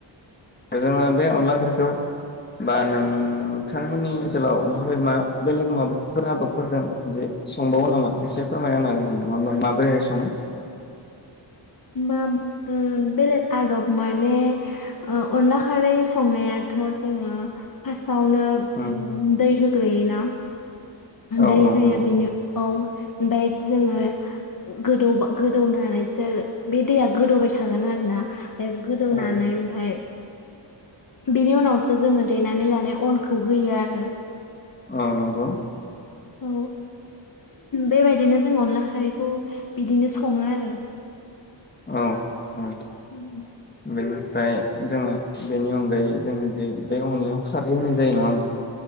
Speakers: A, on the left; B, on the left.
A: जोङो बे अनला ओंख्रिखौ बा नोंथांमोननि ओनसोलाव माब बेलेग माबाफोर आदबफोरजों बि संबावो नामा एसे फोरमायनानो हागोन नामा म माबोरैहाय सङो?
B: मा बेलेग आदब माने अनला खारै संनायाथ जोङो फास आवनो
A: उम
B: दै हो ग्रैयोना
A: औ
B: दै
A: औ
B: होयो
A: नंगौ
B: बिनि औ ओमफाय जोङो गोदौ गोदौनानैसो बे दैया गोदौबाय थागोन आरो ना ओमफ्राय गोदौनानै
A: औ
B: ओमफाय बिनि उनावसो जोङो देनानै लानाय अनखौ होयो आरो
A: औ नंगौ
B: औ बेबायदिनो जों अनला खा खारैखौ बिदिनो सङो आरो
A: औ औ
B: <unintelligible>
A: बेनिफ्राय जोङो बेनि अनगायै जोङो जे बे अनलायाव खारै होनाय जायो नङा होम्बा?